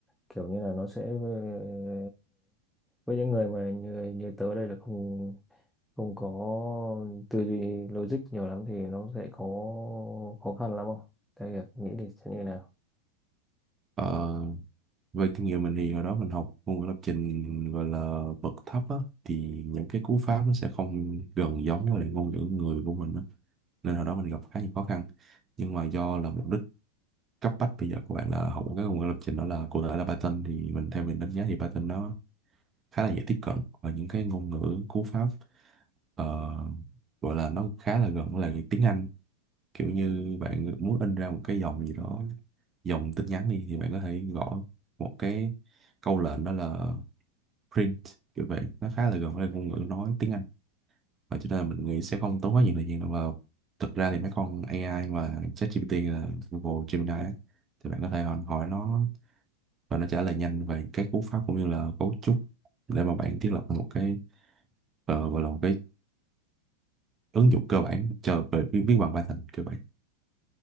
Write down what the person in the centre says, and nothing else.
kiểu như là nó sẽ ờ, với những người mà như như tớ đây là không không có tư duy logic nhiều lắm thì nó sẽ có khó khăn lắm không? Theo Hiệp nghĩ thì sẽ như nào?